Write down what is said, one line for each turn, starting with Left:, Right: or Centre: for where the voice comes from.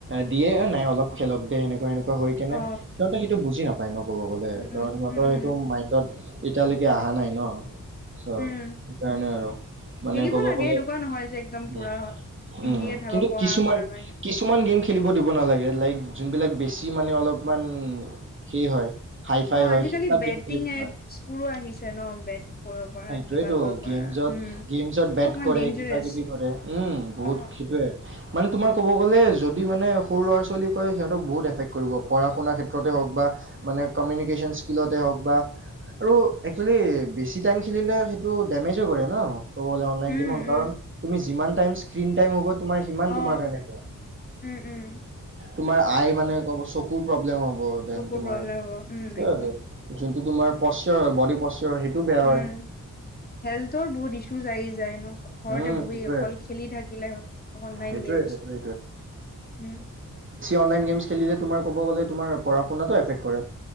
Right: দিয়ে নাই অলপ খেলক দি সেনেকুৱা এনেকুৱা হৈ কিনে
Left: অ
Right: সিহঁতে সেইটো বুজি নাপায় ন ক'ব গ'লে
Left: উম
Right: কাৰণ
Left: উম
Right: সিহঁতৰ
Left: উম
Right: সেইটো
Left: উম
Right: মাইণ্ডত এতিয়ালৈকে অহা নাই ন, চ
Left: উম
Right: সেইকাৰণে আৰু। মানে
Left: খেলিব
Right: ক'ব
Left: লাগে
Right: গ'লে
Left: এনেকুৱা নহয় যে একদম
Right: উম-উম,
Left: পুৰা বিজিয়ে থাকক
Right: কিন্তু
Left: পঢ়া
Right: কিছুমান-কিছুমান
Left: শুনা বা কেনেকুৱা
Right: গেম খেলিব দিব নালাগে, লাইক যোনবিলাক বেছি মানে অলপমান সেই হয়। হাই ফাই
Left: অ,
Right: হয়
Left: আজিকালি
Right: সেইবিলাক
Left: বেটিং
Right: গেম খেলিব নোৱাৰে
Left: এপছ বোৰো আহিছে ন বেট কৰিব পৰা। কিবা
Right: সেইটো,
Left: কৰিব পৰা
Right: গেমছত
Left: উম
Right: গেমছত
Left: এইবোৰ
Right: বেট
Left: অকমান
Right: কৰে,
Left: ডেঞ্জাৰাছ
Right: কিবা কিবি কৰে উম, বহুত
Left: অ
Right: সেইটোৱে। মানে তোমাৰ ক'ব গ'লে যদি মানে সৰু ল'ৰা-ছোৱালী কয় সিহঁতক বহুত এফেক্ট কৰিব। পঢ়া শুনাৰ ক্ষেত্ৰতে হওক বা মানে কমিউনিকেশ্যন স্কিলতে হওক বা আৰু একচুৱেলি বেছি টাইম খেলিলে সেইটো ডেমেজো কৰে ন। ক'ব গ'লে অনলাইন
Left: উম
Right: গেমৰ কাৰণ
Left: উম
Right: তুমি যিমান টাইম স্ক্ৰীণ টাইম হ'ব তোমাৰ সিমান
Left: অ
Right: তোমাৰ কাৰণে বেয়া।
Left: উম উম
Right: তোমাৰ আই মানে ক'ব চকুৰ প্ৰব্লেম হ'ব দেন
Left: চকুৰ
Right: তোমাৰ
Left: প্ৰব্লেম হ'ব উম
Right: <unintelligible>
Left: একদম
Right: যোনটো তোমাৰ পশ্বয়াৰ হয়, বডি পশ্বয়াৰ হয় সেইটোও বেয়া
Left: উম
Right: হয়।
Left: হেল্থৰ বহুত ঈশুজ আহি যায় ন। ঘৰতে
Right: উম
Left: বহি
Right: সেইটোয়ে
Left: অকল খেলি থাকিলে অনলাইন
Right: সেইটোৱে
Left: গেমছমস
Right: সেইটোৱে
Left: হ'ম।
Right: অনলাই গেমছ খেলিলে, তোমাৰ ক'ব গ'লে তোমাৰ পঢ়া শুনাটো এফক্ট কৰে।